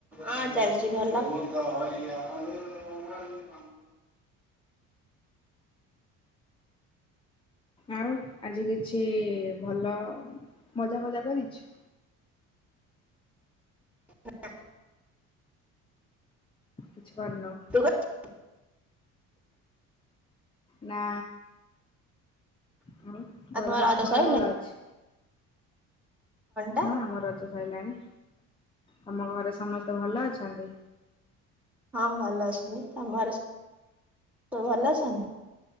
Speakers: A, in the centre; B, on the left (about 15°).
A: ହଁ ଚାଲିଛି ଭଲ। <unintelligible>
B: ଆଉ ଆଜି କିଛି ଭଲ ମଜା ଫଜା କରିଛୁ?
A: ନା।
B: କିଛି କରନୋଉ।
A: ତୁ କର ଆଉ
B: ନା ଆଉ ଘରେ
A: ତମ
B: ସମସ୍ତଙ୍କ
A: ରାଜ ସଇଲାଣି?
B: ଦେହ ଭଲ ଅଛି?
A: ଟା?
B: ହଁ ଆମ ରଜ ସରିଲାଣି। ତମ ଘରେ ସମସ୍ତେ ଭଲ ଅଛନ୍ତି?
A: ହଁ ଭଲ ଅଛନ୍ତି। ତମ ଘରେ ସବୁ ଭଲ ଅଛନ୍ତି?